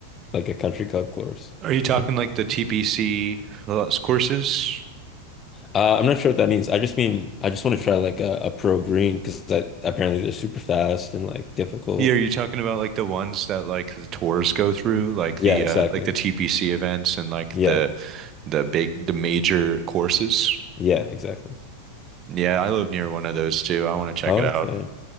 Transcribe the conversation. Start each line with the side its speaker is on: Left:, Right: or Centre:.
Left: like a country club course,
Right: Are you talking
Left: you know.
Right: like the TPC courses?
Left: Uh, I'm not sure what that means. I just mean I just want to try like a, a pro green because that apparently they're super fast and like difficult.
Right: Yeah, are you talking about like the ones that like the tours go through, like
Left: Yeah,
Right: the
Left: exactly.
Right: uh like the TPC events and like
Left: Yeah.
Right: the the big the major courses?
Left: Yeah, exactly.
Right: Yeah, I live near one of those too. I want to check
Left: Okay.
Right: it out.